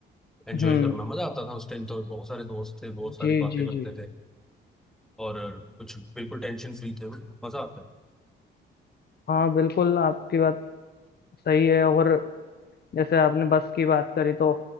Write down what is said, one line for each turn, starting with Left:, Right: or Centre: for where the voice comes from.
Centre: एंजॉय
Left: हम्म हम्म,
Centre: करना मजा आता था उस टाइम तो बहुत सारे दोस्त थे बहुत सारी
Left: जी
Centre: बातें
Left: जी
Centre: करते
Left: जी
Centre: थे और कुछ बिल्कुल टेंशन फ्री थे मजा आता है
Left: हाँ बिल्कुल आपकी बात सही है और जैसे आपने बस की बात करी तो